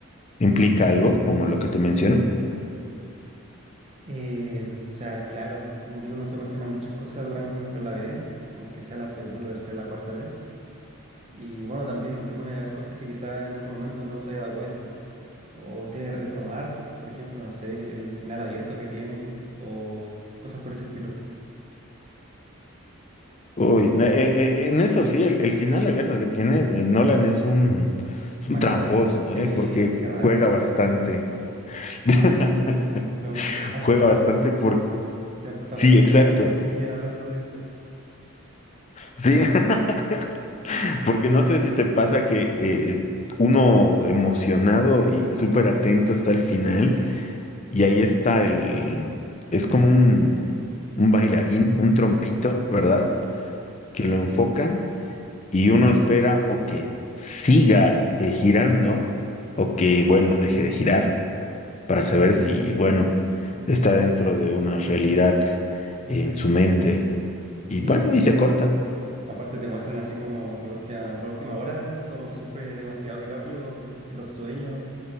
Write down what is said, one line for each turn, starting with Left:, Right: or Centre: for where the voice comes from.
Left: implica algo como lo que te menciono.
Right: Eh, o sea, claro, como que uno se cuestiona muchas cosas durante, mientras la ve, aunque sea la segunda, tercera, la cuarta vez. Y bueno, también se pone a ver cosas que quizás en otro momento no se haya dado cuenta. O quiere retomar, por ejemplo, no sé, el, el final abierto que tiene, o cosas por ese estilo.
Left: Uy, na- eh, eh, en eso sí, el, el final abierto que tiene eh, Nolan es un, es
Right: Macabro.
Left: un tramposo,
Right: Sí,
Left: eh, porque
Right: qué rabia.
Left: juega bastante. <laughs>
Right: No, pu- han
Left: Juega
Right: pasado
Left: bastante
Right: 15
Left: porque
Right: se han pasado
Left: Sí,
Right: 14
Left: exacto.
Right: años y siguen hablando de eso.
Left: Sí, <laughs> porque no sé si te pasa que eh, uno emocionado y súper atento está al final y ahí está el, es como un, un bailarín, un trompito, ¿verdad?
Right: Sí.
Left: Que lo enfocan y uno espera o que siga eh, girando o que, bueno, deje de girar para saber si, bueno, está dentro de una realidad en su mente y
Right: Y
Left: bueno, y se corta.
Right: aparte te muestran así como la última, la última hora, cómo sufre demasiado DiCaprio en los sueños,